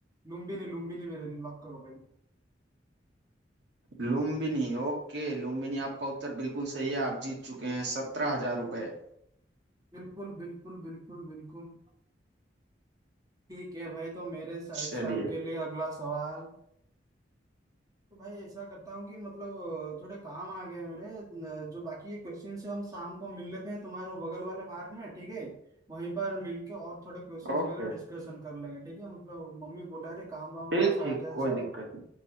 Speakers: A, on the right; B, on the right.
A: लुम्बिनी लुम्बिनी मेरे लिए लॉक करो भाई
B: लुम्बिनी ओके लुम्बिनी आपका उत्तर बिल्कुल सही है आप जीत चुके हैं सत्रह हजार रुपये
A: बिल्कुल बिल्कुल बिल्कुल बिल्कुल ठीक है भाई तो मेरे साइड
B: चलिए
A: से आपके लिए अगला सवाल तो भाई ऐसा करता हूँ कि मतलब थोड़े काम आ गया है मेरे न- जो बाकी के क्वेश्चन से हम शाम को मिल लेते हैं तुम्हारे वो बगल वाले पार्क में ठीक है वहीं पर मिलके और थोड़े क्वेश्चंस
B: ओके
A: वगैरह डिस्कशन कर लेंगे ठीक है मतलब मम्मी बोला रे काम वाम
B: ठीक
A: थोड़ा सा
B: ठीक
A: आ गया है
B: कोई
A: शायद
B: दिक्कत